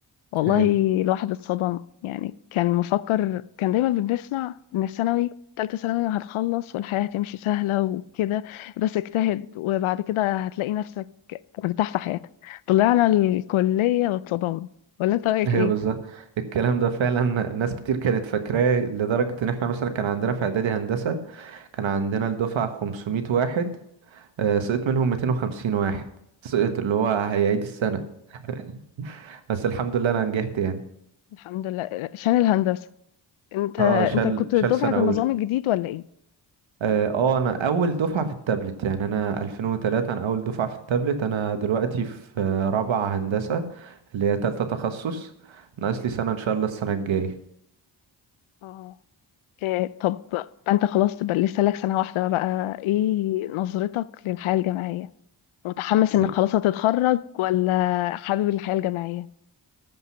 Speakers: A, on the left; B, on the right.
A: والله
B: ايوه
A: الواحد اتصدم يعني كان مفكر كان دايما بنسمع ان الثانوي تالتة ثانوي هتخلص والحياة هتمشي سهلة وكده بس اجتهد وبعد كده هتلاقي نفسك مرتاح في حياتك طلعنا الكلية واتصدمنا ولا انت رأيك
B: ايوه
A: ايه؟
B: بالظبط الكلام ده فعلا ناس كتير كانت فاكراه لدرجه ان احنا مثلا كان عندنا في اعدادي هندسه كان عندنا الدفعه 500 واحد آه، سقط منهم 250 واحد سقط اللي هو هيعيد السنة <laughs> بس الحمد لله انا نجحت يعني
A: الحمد لله شان الهندسة انت
B: اه شال
A: انت كنت
B: شال
A: دفعة
B: سنة اولى
A: النظام الجديد ولا ايه؟
B: اه آه، انا اول دفعة في التابلت يعني انا 2003 انا اول دفعة في التابلت انا دلوقتي في آه، رابعة هندسة اللي هي تالتة تخصص ناقص لي سنة ان شاء الله السنة الجاية
A: اه إيه طب انت خلاص تبقى لسه لك سنة واحدة بقى ايه نظرتك للحياة الجامعية؟ متحمس
B: ي-
A: انك خلاص هتتخرج ولا حابب الحياة الجامعية